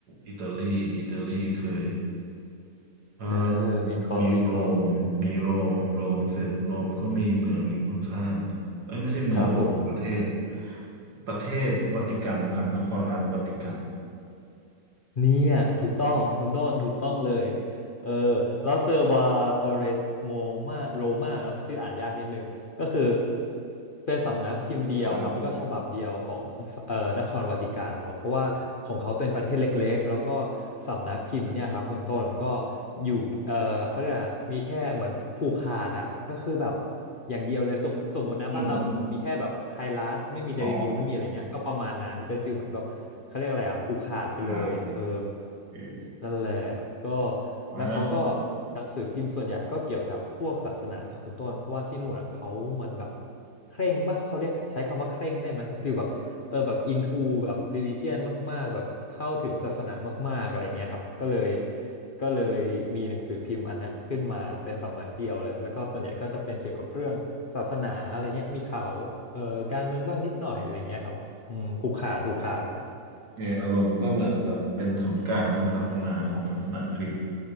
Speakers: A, on the right (about 85°); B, on the left (about 50°).
A: อิตาลีอิตาลีเคยเอ่อ
B: เออวิเคราะห์วิเคราะห์
A: มีโรมมีโรมโรมเสร็จโรมก็มีเมืองอยู่ข้างๆเอ้ยไม่ใช่เมืองประเทศ
B: ครับผม
A: ประเทศวาติกันครับนครรัฐวาติกัน
B: เนี่ยถูกต้องคุณต้นถูกต้องเลยเออลอสเซอร์วาโตเรโมมาโรมาเนาะชื่ออ่านยากนิดนึง ก็คือเป็นสำนักพิมพ์เดียวครับแล้วก็ฉบับเดียวของเอ่อนครวาติกันเนาะเพราะว่าของเขาเป็นประเทศเล็กๆแล้วก็
A: ว้าว
B: สำนักพิมพ์เนี่ยครับคุณต้นก็อยู่เอ่อเขาเรียกอะไรมีแค่เหมือนผูกขาดอะก็คือแบบอย่างเดียวเลยสมสมมตินะบ้านเราสมมติมีแค่แบบไทยรัฐไม่มีเดลินิวไม่มีอะไรเงี้ยก็ประมาณนั้นเป็นฟิลเหมือนแบบเขาเรียกอะไรอะผูกขาดไปเลยเออ
A: อืมอมอ๋อครับโอเค
B: นั่นแหละก็
A: ว้าว
B: แล้วเขาก็หนังสือพิมพ์ส่วนใหญ่ก็เกี่ยวกับพวกศาสนาคุณต้นเพราะว่าที่นู่นอ่ะเขาเหมือนแบบเคร่งป่ะเขาเรียกใช้คำว่าเคร่งได้ไหมแบบฟีลแบบเออแบบอินทูแบบ religion มากๆแบบเข้าถึงศาสนามากๆอะไรเงี้ยครับก็เลยก็เลยมีหนังสือพิมพ์อันเนี้ยขึ้นมาเป็นสำนักเดียวเลยแล้วก็ส่วนใหญ่ก็จะเป็นเกี่ยวกับเรื่องศาสนาอะไรเงี้ยมีข่าวเอ่อการเมืองบ้างนิดหน่อยอะไรเงี้ยครับอืมผูกขาดผูกขาด
A: เอออารมณ์ก็เหมือนแบบเป็นศูนย์กลางทางศาสนาของศาสนาคริสต์